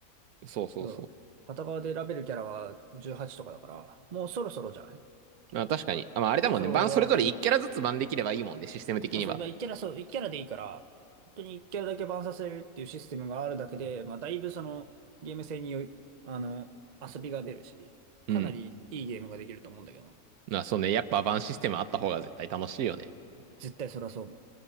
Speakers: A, on the right; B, on the right.
A: そうそうそ
B: うん。片側で選べるキャラは18とかだから、もうそろそろじゃない
A: う。まあ、確かに。あ、まあ、あれだもんね。
B: そろそろ俺は、
A: バンそれぞれ1キャラずつバンできればいいもんね、
B: うん。
A: システム的には。
B: まあそう、まあ1キャラ、そう、1キャラでいいから、本当に1キャラだけバンさせるっていうシステムがあるだけで、まあだいぶその、ゲーム性によい、あの、遊びが出るし、
A: うん。
B: かなりいいゲームができると思うんだけど、
A: まあそうね、やっぱバンシステムあった方が絶対楽しいよね。
B: 絶対それはそう思う。